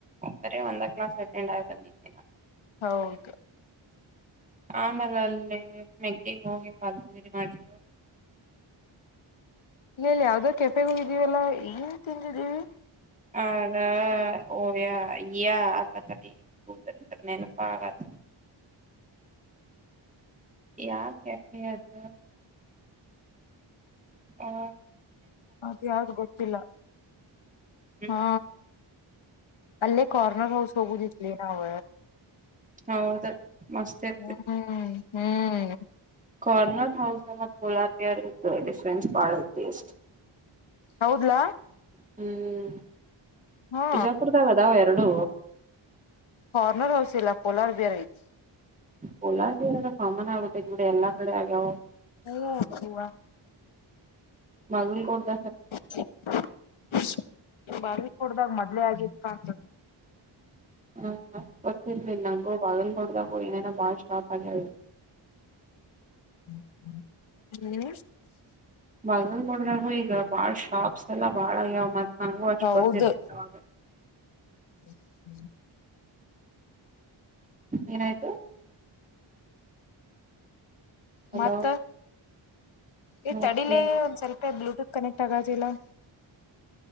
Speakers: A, on the right; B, on the left.
A: ಒಬರ ಒಂದ ಕ್ಲಾಸ್ ಅಟೆಂಡ್ ಆಗಿ ಬಂದಿದ್ದೆ ನ
B: ಹೌದು
A: ಆಮೇಲೆ ಅಲ್ಲಿ ಮೆಗ್ಗೆಗೆ ಹೋಗಿ ಫಾಲ್ ತಂದರಿ ಮಾಡಿದ್ದೀವ <inaudible>
B: ಇಲ್ಲ ಇಲ್ಲಿ ಯಾವವುದೋ ಕೆಫೆಗ ಹೋಗಿದ್ದೀವಲ್ಲಾ ಏನ್ ತಿಂದಿದ್ದೀವಿ
A: ಹದ ಓಯಾ ಯಾ ಅಲ್ಲ ತಳ ಕೂತರಿ ತ ನೆನಪ ಆಗ <inaudible> ಯಾಕ ಯೆ ಅದು ಹಾ
B: ಅದ ಯಾವ್ದ ಗೊತ್ತಿಲ್ಲ
A: ಹ್ಮ್
B: ಹಾ ಅಲ್ಲೇ ಕರ್ನರ್ ಹೌಸ್ ಹೋಗು ದಲಿ ನಾವ
A: ಹೌದ ಮಸ್ತ್ ಇರ್ತಿ
B: ಹ್ಮ ಹ್ಮ್
A: ಕಾರ್ನರ್ ಹೌಸ್ ಮ ಪೋಲಾಟಿಯರ್ ಇ ಡಿಫೆನ್ಸ್ ಬಾಳಸ್
B: ಹೌದ್ಲಾ
A: ಹ್ಮ್
B: ಹಾ
A: ಬಿಜಾಪುರದಾಗ ಅದಾವ ಎರಡು
B: ಹಾರ್ನರ್ ಹೌಸ್ ಇಲ್ಲ ಪೋಲಾರ್ ಬೇರೆ ಐತ
A: ಕೋಲಾರದ ಎ ಕಾಮನ್ ಆಗ್ಬಿಟ್ಟೆ ಇದ್ ಬಿಡಿ ಎಲ್ಲಾ ಕಡೆ ಆಗ್ಯವು
B: <unintelligible>
A: ಬಜನ್ ಕೊಡ್ದ
B: <unintelligible>
A: ಹ್ಮ ಗೊತ್ತಿರ್ಲಿಲ್ಲ ನಂಗು ಬಾಗಲ್ ನೋಡ್ದಾಗು ಏನೇನೋ ಬಾಳ ಶಾಪ್ ಆಗ್ಯ
B: ಹ್ಮ್
A: ತಗಲ್ ಕೊಡ್ರಾಗು ಈಗ ಬಾಳ್ ಶಾಪ್ಸ್ ಎಲ್ಲ ಬಾಳ ಯಾವ್ ಮತ್ ನಂಗೂ ಅಚ್ಕೊತಿರ್ಲಿಲ್ಲ
B: ಹೌದು
A: ಅವವಾಗ
B: ಹ್ಮ
A: ಏನಾಯ್ತು ಹಲೋ
B: ಮತ್ತ ಈ
A: ಮತ್ತೇನ್
B: ತಡಿಲೇ ಒಂದ್ ಸ್ವಲ್ಪ ಬ್ಲೂಟೂತ್ ಕನೆಕ್ಟ್ ತಗದಿಲ್ಲ